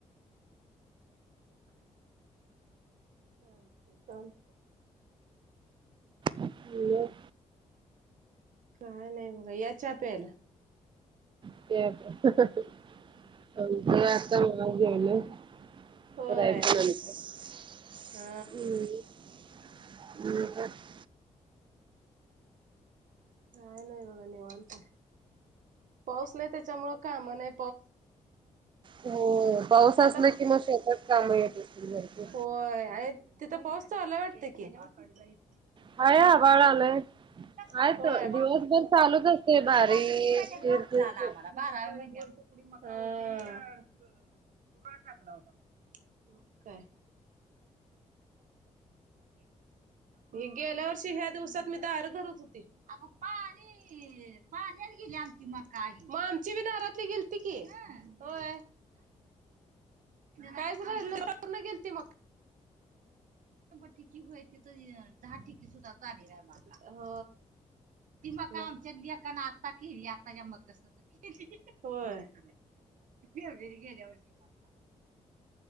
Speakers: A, on the right; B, on the right.
A: <inaudible> चालते चालते.
B: मग
A: काय नाही बघा या चहा प्यायला.
B: ता माजन <inaudible>
A: होय
B: हम् आणि.
A: हा
B: <inaudible>
A: काय नाही बघा निवांत हाय पाऊस नाही त्याच्यामुळं काम नाही.
B: हो पाऊस असला
A: आता
B: कि मग शेतात कामं येत असतील भरपूर.
A: होय. तिथं पाऊस चालू आहे वाटते की. ंवर
B: हाय आभाळ आलंय. हाय
A: लाब
B: तर दिवसभर चालूच असते बारीक
A: वाप
B: चिरचिर
A: <inaudible> चाला आम्हाला बारावी म्हणजे. <inaudible> टाकला होता आमच्यात मग काय. <inaudible> ही गेल्या वर्षी ह्या दिवसात मी दार धरत होती. अग पाणी. पाण्याला गेल्यावर आमची पण दारातली गेलती की. होय कायच राहिल नाही <inaudible> ठिकी तिथं दहा ठोके सुद्धां झाली नाही मका ती मका आमच्या लेकान आता केली आताच्या मकसंग. होय <inaudible> <inaudible>